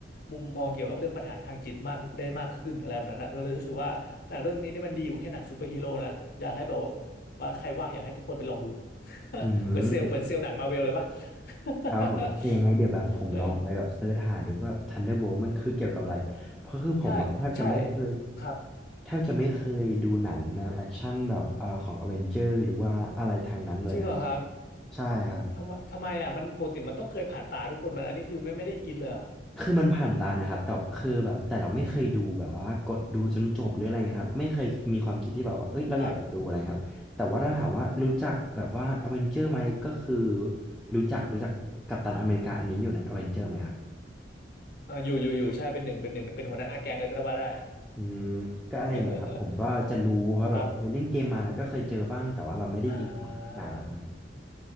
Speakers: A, on the left; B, in the centre.
A: มุมมองเกี่ยวกับเรื่องปัญหาทางจิตมากได้มากขึ้นอะไรแบบนั้นนะก็เลยรู้สึกว่าหนังเรื่องนี้นี่มันดีกว่าแค่หนังซูเปอร์ฮีโร่นะอยากให้แบบว่าใครว่างอยากให้ทุกคนไปลองดู <laughs>
B: อืม
A: เหมือนเซลล์เหมือนเซลล์หนังมาเวลเลยปะ <laughs>
B: ครับผมแต่ยังไงเดี๋ยวแบบผมลองไปแบบเซิร์ชหาดูว่า
A: เออ
B: Thunderbolt มันคือเกี่ยวกับอะไรเพราะคือผมอะแทบจะไม่เคย
A: ใช่ใช่ครับ
B: แทบจะไม่เคยดูหนังแนวแอคชั่นแบบอ่าของอเวนเจอร์หรือว่าอะไรทางนั้นเลยอ่ะ
A: จริงเหรอครับ
B: ใช่ครับ
A: ทำไมทำไมอ่ะมันปกติมันต้องเคยผ่านตาทุกคนมันอันนี้คือไม่ไม่ได้อินเลยเหรอ
B: คือมันผ่านตานะครับแต่คือแบบแต่เราไม่เคยดูแบบว่ากดดูจนจบหรืออะไรนะครับไม่เคยมีความคิดที่แบบว่าเอ้ยเราอยากจะดูอะไรครับแต่ว่าถ้าถามว่ารู้จักแบบว่าอเวนเจอร์ไหมก็คือ
A: ครับ
B: รู้จักรู้จักกัปตันอเมริกาอันนี้อยู่ในอเวนเจอร์ไหมครับ
A: เอออยู่อยู่อยู่ใช่เป็นหนึ่งเป็นหนึ่งเป็นหัวหน้าแก๊งเลยก็ได้ว่าได้อ่ะ
B: อืมก็อะไรอย่างเงี้ยครับผมก็จะรู้เพราะแบบเคยเล่นเกมมาแล้วก็เคยเจอบ้างแต่ว่าเราไม่ได้อินกับหนังนะครับ
A: <laughs> ครับอ่า